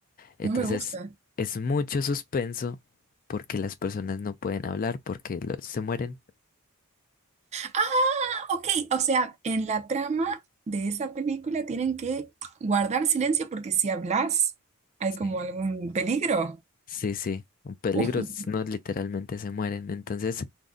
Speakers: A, on the left; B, on the right.
A: Entonces
B: no me gusta.
A: es mucho suspenso porque las personas no pueden hablar porque lo- se mueren.
B: Ah, ok. O sea, en la trama de esa película tienen que guardar silencio porque si hablas hay
A: Sí.
B: como algún peligro. <laughs>
A: Sí, sí, un peligro,
B: Oh,
A: s- no literalmente se mueren. Entonces